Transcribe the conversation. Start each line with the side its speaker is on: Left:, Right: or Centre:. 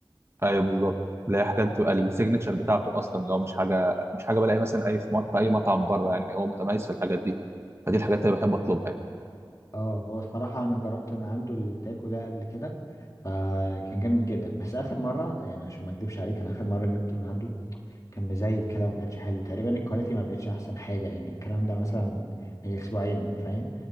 Right: ايوه بالظبط اللي هي حاجات بتبقى السيجنتشر بتاعته اصلا اللي هو مش حاجه مش حاجه بلاقي مثلا اي في مط... في اي مطعم بره يعني هو متميز في الحاجات دي فدي الحاجات اللي بحب اطلبها يعني
Left: اه هو الصراحة أنا جربت من عنده التاكو ده قبل كده فكان جامد جدا بس آخر مرة يعني عشان ما أكدبش عليك أنا آخر مرة جبت من عنده كان مزيت كده وما كانش حلو تقريبا الكواليتي ما بقتش احسن حاجه يعني الكلام ده مثلا من اسبوعين فاهم